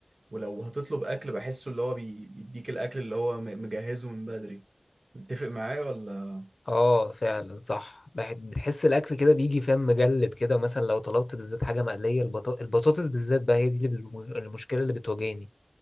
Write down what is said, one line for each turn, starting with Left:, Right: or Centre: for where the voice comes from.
Right: ولو هتطلب أكل بحسه اللي هو بي- بيديك الأكل اللي هو م- مجهزه من بدري متفق معايا ولا
Left: اه فعلا صح بح- بتحس الاكل كده بيجي فاهم مجلد كده مثلا لو طلبت بالذات حاجه مقليه البطا... البطاطس بالذات بقى هي دي اللي بالم- المشكله اللي بتواجهني